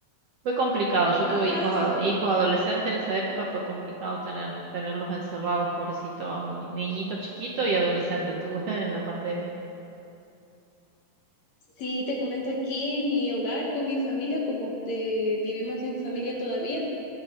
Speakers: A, on the right (about 60°); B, on the left (about 55°).
A: Fue complicado. Yo tuve
B: Ajá,
A: hijos,
B: sí.
A: a- hijos adolescentes en esa época, fue complicado tener, tenerlos encerrados, pobrecitos, niñitos chiquitos y adolescentes tuve <laughs> en la pandemia.
B: Sí, te comento aquí en mi hogar con mi familia, como te vivimos en familia todavía.